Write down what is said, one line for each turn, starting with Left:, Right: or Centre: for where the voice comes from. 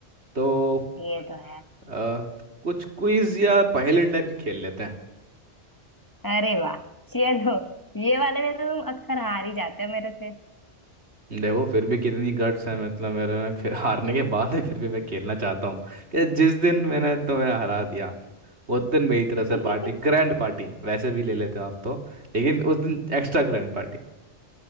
Right: तो
Left: ये तो है
Right: अ, कुछ क्विज या पहेली टाइप की खेल लेते हैं
Left: अरे वाह चलो ये वाले में तो तुम अक्सर हार ही जाते हो मेरे से
Right: देखो फिर भी कितनी गट्स है मतलब मेरे में फिर हारने के बाद भी फिर भी मैं खेलना चाहता हूँ कि जिस दिन मैंने तुम्हें हरा दिया उस दिन मेरी तरफ से
Left: <laughs>
Right: पार्टी ग्रैंड पार्टी वैसे भी ले लेते हो आप तो लेकिन उस दिन एक्स्ट्रा ग्रैंड पार्टी